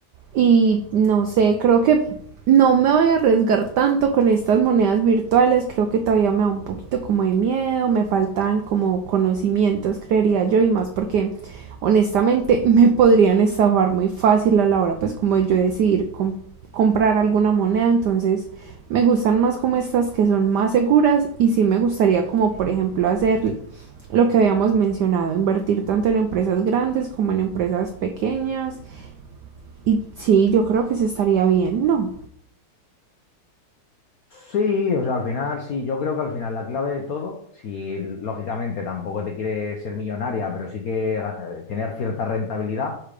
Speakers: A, on the right; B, on the left.
A: y no sé, creo que no me voy a arriesgar tanto con estas monedas virtuales, creo que todavía me da un poquito como de miedo, me faltan como conocimientos, creería yo, y más porque honestamente <laughs> me podrían estafar muy fácil a la hora pues como de yo decidir comp- comprar alguna moneda, entonces me gustan más como estas que son más seguras y sí me gustaría como por ejemplo hacer lo que habíamos mencionado, invertir tanto en empresas grandes como en empresas pequeñas. Y sí, yo creo que se estaría bien, ¿no?
B: Sí, o sea, al final, sí, yo creo que al final la clave de todo, si lógicamente tampoco te quieres ser millonaria, pero sí que eh, tener cierta rentabilidad,